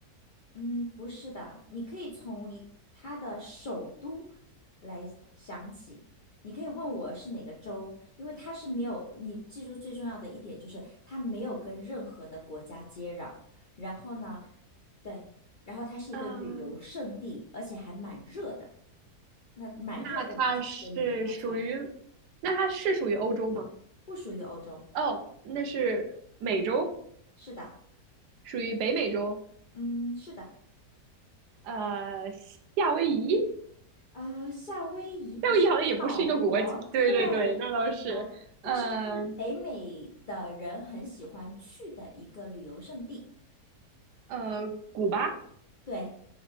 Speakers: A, on the left; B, on the right.
A: 嗯，不是的，你可以从一它的首都来想起。你可以问我是哪个州，因为它是没有，你记住最重要的一点就是它没有跟任何的国家接壤。然后呢，对，然后它是一个旅游胜地，
B: 嗯、
A: 而且还蛮热的。那蛮热的你，
B: 那它是属于，
A: 首先你应该猜
B: 那它是属于欧洲吗？
A: 不属于欧洲。
B: 哦，那是美洲，
A: 是的，
B: 属于北美洲，
A: 嗯，是的。
B: 呃，夏威夷，
A: 呃，夏威夷不是一个岛国，
B: 夏威夷好像也不是一个国家，对对对，
A: 对，
B: 那倒是，
A: 好，但是是北美的人很喜欢去的一个旅游胜地。
B: 呃呃，古巴
A: 对，